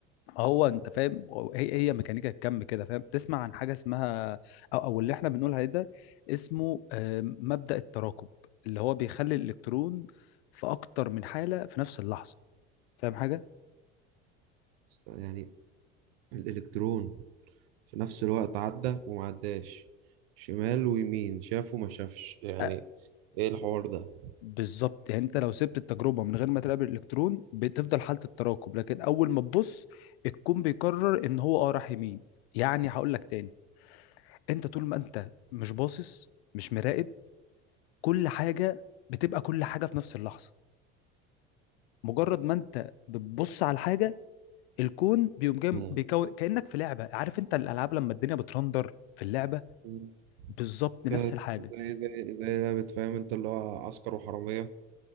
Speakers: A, on the left (about 85°); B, on the right (about 80°).
A: هو انت فاهم هو- هي هي ميكانيكا الكم كده فاهم تسمع عن حاجه اسمها او او اللي احنا بنقول عليه ده اسمه آه، مبدأ التراكب اللي هو بيخلي الالكترون في اكتر من حاله في نفس اللحظه فاهم حاجه
B: است- يعني الالكترون في نفس الوقت عدى وما عداش شمال ويمين شاف وما شافش يعني
A: آه،
B: ايه الحوار ده
A: بالظبط يعني انت لو سبت التجربه من غير ما تقابل الالكترون بتفضل حاله التراكب لكن اول ما تبص الكون بيقرر ان هو اه راح يمين يعني هقول لك تاني انت طول ما انت مش باصص مش مراقب كل حاجه بتبقى كل حاجه في نفس اللحظه مجرد ما انت بتبص على الحاجه الكون بيقوم جاي
B: مم.
A: بيكون كانك في لعبه عارف انت الالعاب لما الدنيا بترندر في اللعبه
B: مم.
A: بالظبط نفس
B: كده
A: الحاجه
B: زي زي زي لعبة فاهم انت اللي هو عسكر وحرامية